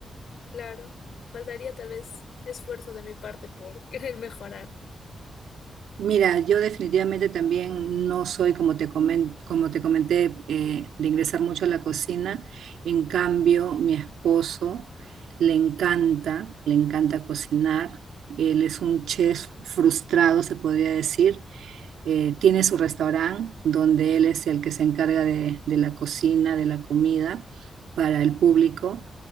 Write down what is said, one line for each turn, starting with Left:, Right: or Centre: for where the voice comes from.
Left: Claro, faltaría tal vez esfuerzo de mi parte por <laughs> querer mejorar.
Right: Mira, yo definitivamente también no soy, como te comen- como te comenté, eh, de ingresar mucho a la cocina. En cambio, mi esposo le encanta, le encanta cocinar. Él es un chef frustrado, se podría decir. eh, tiene su restaurante donde él es el que se encarga de, de la cocina, de la comida para el público